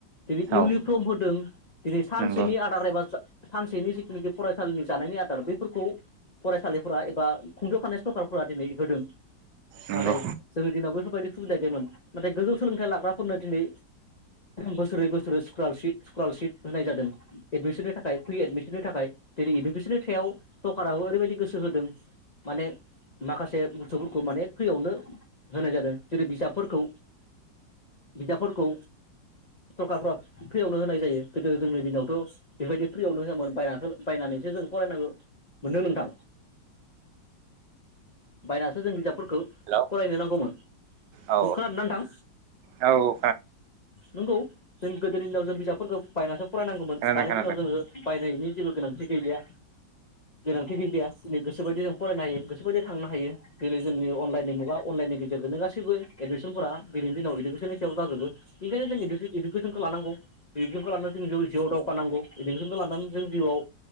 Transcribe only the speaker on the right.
औ
नंगौ
नंगौ
हेलौ
औ
औ औ
खोनादों
खोनादों